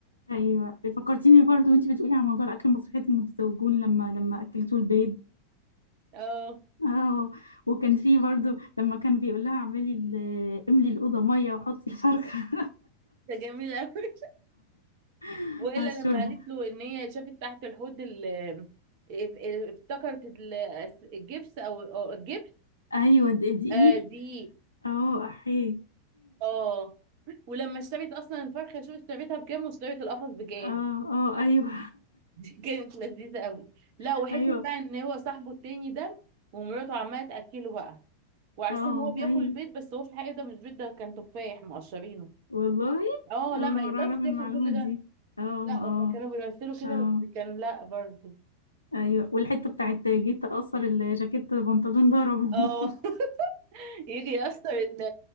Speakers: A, on the left; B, on the right.
A: ايوه فكرتيني برضو وانتي بتقولي على موضوع الاكل مسرحيه المتزوجون لما لما اكلتوا البيض
B: اه
A: اه وكان في برضو لما كان بيقول لها اعملي ال- املي الاوضه ميه وحطي الفرخه
B: ده جميل قوي <laughs>
A: <laughs>
B: والا
A: على الشوربه
B: لما قالت له ان هي شافت تحت الحوض ال اف- افتكرت ال- الجبس او أو الجبس
A: ايوه د- دقيق
B: آه دي
A: اه احيي
B: اه ولما اشتريت اصلا الفرخه شوف اشتريتها بكام واشتريت القفص بكام
A: اه اه ايوه
B: دي <laughs> كانت لذيذة قوي لا
A: <laughs>
B: وحتة
A: ايوه
B: بقى ان هو صاحبه التاني ده ومراته عمالة تأكله بقى وعارفين
A: اه
B: ان هو بياكل
A: ايوه
B: بيض بس هو في الحقيقة ده مش بيض ده كان تفاح مقشرينه
A: والله
B: اه
A: أول
B: لا ما
A: مرة
B: يقدرش
A: أعرف المعلومة
B: ياكل كل ده
A: دي اه اه
B: لا هما كانوا بيمثلوا كده
A: اه
B: بس كان لا برضه
A: أيوة والحتة بتاعت جيت أقصر الجاكيت بنطلون ضربه
B: اه <laughs> يجي يقصر اللي